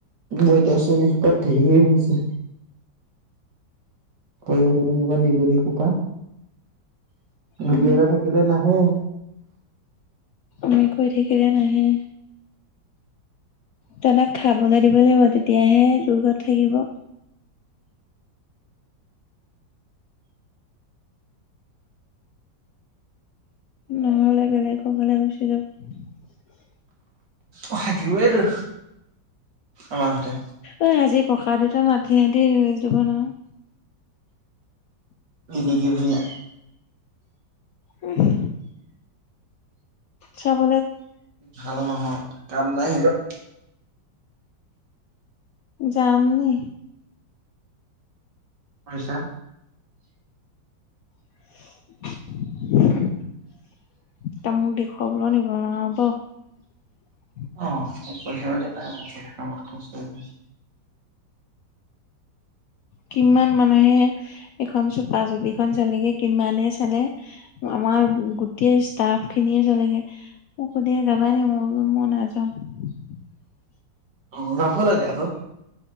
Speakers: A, on the right; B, on the left.
A: মই এতিয়া চুলি-সপাত ধেৰ হৈছে। সৰু সৰু সোপা, নিগনি সোপা। মেকুৰী
B: উম।
A: এটা থাকিলে নাহে।
B: মেকুৰী থাকিলে নাহে। তাহতক খাবলৈ দিব লাগিব। তেতিয়াহে তোৰ ঘৰত থাকিব। নহ'লে বেলেগ ঘৰলৈ গুচি যাব।
A: থাকিবইটো, আমাৰ ঘৰতে।
B: এ আজি ককা দেউতা মাটিয়ে দি হেই কৰিব নহয়।
A: ৰিনিকী ভূঞা।
B: উম। চ'ব।
A: ভাল নহয়, কাম নাই সেইবোৰ।
B: যাম নি?
A: পাইছা।
B: <inaudible> তই মোক দেখুৱাবলৈ নিব নোৱাৰ হ'ব।
A: অ', পইচা পাতি নাই <unintelligible> খলচ কৰিবলৈ
B: কিমান মানুহে এখন চুপা চুপি খন চালেগে, কিমানে চালে আমাৰ আমাৰ গোটেই ষ্টাফখিনিয়ে জ্বললৈগে, মোক সুধে যাবানেকি মই বোলোঁ মই নাযাওঁ। <unintelligible>
A: মোনাফা লাগে আকৌ।